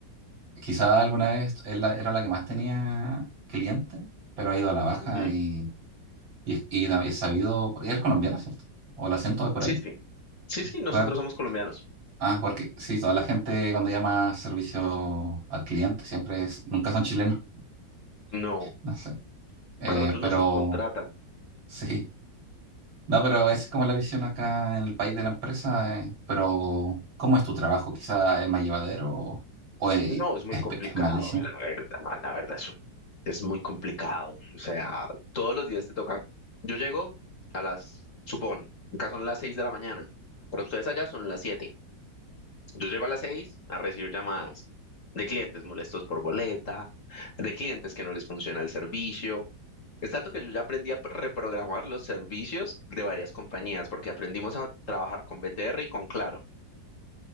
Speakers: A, on the right; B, on the left.
A: quizá alguna vez es la- era la que más tenía clientes, pero ha ido a la baja
B: Ujú.
A: y, y, y es sabido, porque es colombiana, ¿cierto? O el acento de por
B: Sí,
A: ahí,
B: sí. Sí, sí, nosotros
A: claro.
B: somos colombianos.
A: Ah, porque sí, toda la gente cuando llama servicio al cliente siempre es, nunca son chilenos,
B: No,
A: <laughs> no sé. Eh,
B: a nosotros
A: pero
B: nos subcontratan.
A: sí. No, pero esa es como la visión acá en el país de la empresa, eh. Pero, ¿cómo es tu trabajo? ¿Quizá es más llevadero o, o es,
B: No, es muy
A: es
B: complicado,
A: pe- es malísimo?
B: la verdad, la verdad es un, es muy complicado. O sea, todos los días te toca. Yo llego a las, supón, acá son las seis de la mañana, pero ustedes allá son las siete. Yo llego a las seis a recibir llamadas de clientes molestos por boleta, de clientes que no les funciona el servicio. Es tanto que yo ya aprendí a reprogramar los servicios de varias compañías, porque aprendimos a trabajar con BTR y con Claro.